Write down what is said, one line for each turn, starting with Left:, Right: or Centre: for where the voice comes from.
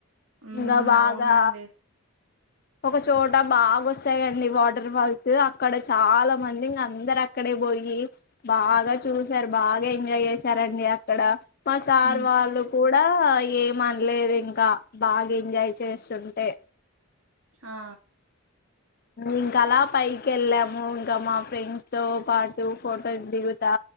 Right: ఉమ్
Left: ఇంగా బాగా
Right: అవునండి
Left: ఒక చోట బాగొస్తాయండి వాటర్ ఫాల్స్ అక్కడ చాలా మంది ఇంగ అందర అక్కడే పోయి బాగా చూసారు బాగా ఎంజాయ్ చేసారండి అక్కడ మా సార్
Right: ఉమ్
Left: వాళ్ళు కూడా ఏమనలేదు ఇంకా బాగా ఎంజాయ్ చేస్తుంటే
Right: ఆ
Left: ఇంకా అలా పైకి ఎళ్ళాము ఇంకా మా ఫ్రెండ్స్ తో పాటూ ఫోటోస్ దిగుతా